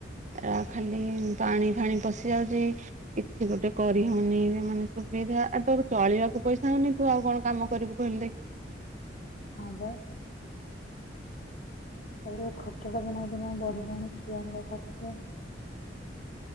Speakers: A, on the right; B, on the left.
A: ଏରା ଖାଲି ପାଣି ଫାଣି ପଶି ଯାଉଛି, କିଛି ଗୋଟେ କରିହଉନି। ମାନେ ତୁ ସୁବିଧା ଆଉ ତୋର ଚଳିବାକୁ ପଇସା ହଉନି, ତୁ ଆଉ କଣ କାମ କରିବୁ କହିଲି ଦେଖ୍
B: ହଁ ବା। ତାପରେ ଖର୍ଚ୍ଚ ଟା ଦିନକୁ ଦିନ ବଢିଲାଣି ଛୁଆଙ୍କ ଖର୍ଚ୍ଚ